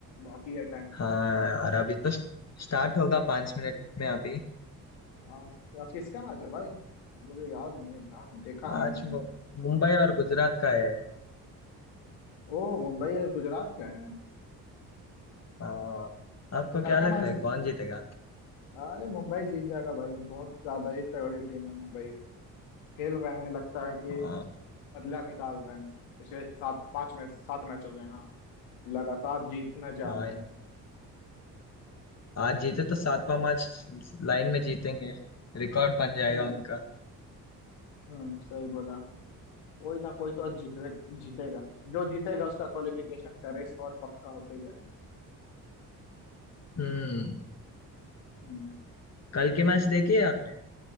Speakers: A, on the left (about 75°); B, on the left (about 35°).
A: बाकी है टाइम
B: हाँ यार अभी तो स्टार्ट होगा पांच मिनट में अभी
A: हाँ तो आज किसका मैच है भाई मुझे याद नहीं है ध्यान देखा नहीं
B: आज
A: है मैंने
B: मु- मुंबई और गुजरात का है
A: ओ मुंबई और गुजरात का है
B: हाँ आपको
A: ये तो कल
B: क्या
A: का
B: लगता
A: मैच
B: है कौन जीतेगा
A: अरे मुंबई जीत जाएगा भाई ये बहुत ज्यादा ही तगड़ी टीम है मुंबई खेल रहे हैं लगता है कि
B: हाँ
A: बदला निकाल रहे हैं पिछले सात पांच मैच सात मैचों से हाँ लगातार जीतना जा
B: हाँ
A: रहे हैं
B: यार आज जीते तो सातवां मैच लाइन में जीतेंगे रिकॉर्ड बन जाएगा
A: हम्म
B: उनका
A: हम्म सही बोला कोई ना कोई तो आज जीते जीतेगा जो जीतेगा उसका क्वालिफिकेशन का रेस और पक्का होते जाएगा
B: हम्म
A: हम्म
B: कल के मैच
A: सही तो
B: देखिए
A: कहा।
B: आपने